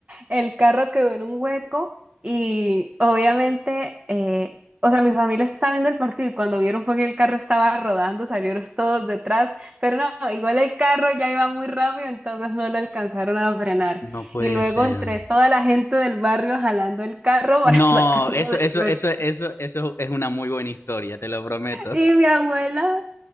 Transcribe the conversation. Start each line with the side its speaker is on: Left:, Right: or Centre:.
Right: El carro quedó en un hueco y obviamente, eh, o sea, mi familia estaba viendo el partido y cuando vieron fue que el carro estaba rodando, salieron todos detrás, pero no, igual el carro ya iba muy rápido, entonces no lo alcanzaron a frenar.
Left: No puede
Right: Y luego
Left: ser.
Right: entre toda la gente del barrio jalando el carro
Left: No,
Right: para <laughs> sacarlo
Left: eso,
Right: del
Left: eso,
Right: hueco.
Left: eso, eso, eso es una muy buena historia, te lo prometo.
Right: Y mi abuela